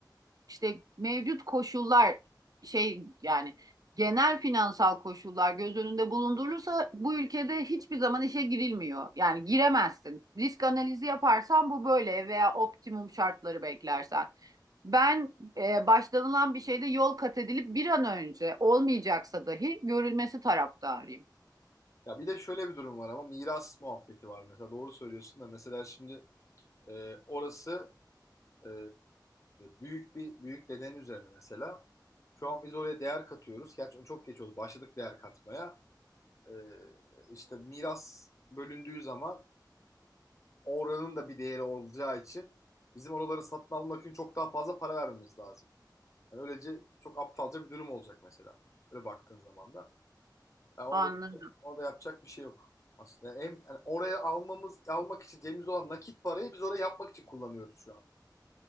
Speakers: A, on the right (about 55°); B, on the left (about 45°).
A: işte mevcut koşullar şey yani genel finansal koşullar göz önünde bulundurulursa bu ülkede hiçbir zaman işe girilmiyor. Yani giremezsin. Risk analizi yaparsan bu böyle veya optimum şartları beklersen. Ben e, başlanılan bir şeyde yol kat edilip bir an önce olmayacaksa dahi görülmesi taraftarıyım.
B: Ya bir de şöyle bir durum var ama miras muhabbeti var mesela doğru söylüyorsun da mesela şimdi e, orası e, büyük bir büyük dedenin üzerine mesela. Şu an biz oraya değer katıyoruz. Gerçi çok geç oldu. Başladık değer katmaya. E, işte miras bölündüğü zaman oranın da bir değeri olacağı için bizim oraları satın almak için çok daha fazla para vermemiz lazım. Yani öylece çok aptalca bir durum olacak mesela. Öyle baktığın zaman da. Ama
A: Anladım.
B: da, ama da yapacak bir şey yok aslında. Yani en, yani oraya almamız almak için cebimizde olan nakit parayı biz oraya yapmak için kullanıyoruz şu an.